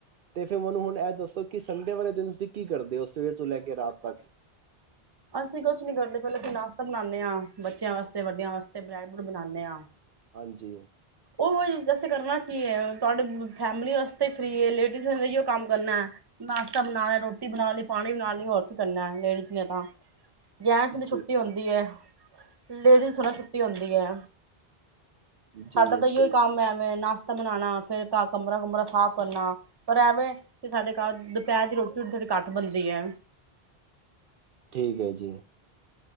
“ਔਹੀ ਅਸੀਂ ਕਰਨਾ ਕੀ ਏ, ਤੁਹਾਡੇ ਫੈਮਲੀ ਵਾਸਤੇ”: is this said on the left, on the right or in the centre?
Right